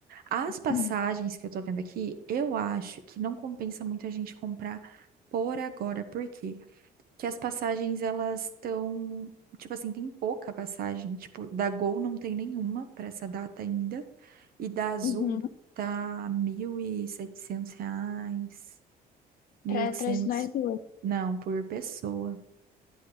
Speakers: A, on the right; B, on the left.
A: As passagens
B: Uhum.
A: que eu tô vendo aqui, eu acho que não compensa muito a gente comprar por agora. Por quê? Porque as passagens, elas estão... Tipo assim, tem pouca passagem. Tipo, da Gol não tem nenhuma pra essa data ainda. E da Azul
B: Uhum.
A: tá 1.700 reais, mil
B: Pra,
A: e oitocentos
B: pra nós duas.
A: Não, por pessoa.